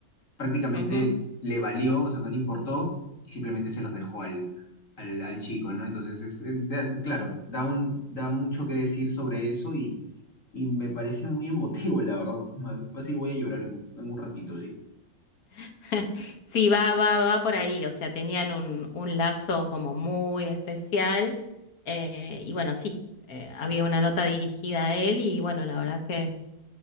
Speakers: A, on the left (about 60°); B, on the left (about 75°).
A: prácticamente
B: ujú.
A: le valió, o sea, no le importó y simplemente se los dejó al, al, al chico, ¿no? Entonces, es, eh, da- claro, da, un, da mucho que decir sobre eso y, y me parece muy emotivo, la verdad. Ma- Fácil voy a llorar en, un en un ratito, ¿sí?
B: <laughs> Sí, va, va, va por ahí, o sea, tenían un, un lazo como muy especial eh, y bueno, sí, eh, había una nota dirigida a él y bueno, la verdad es que,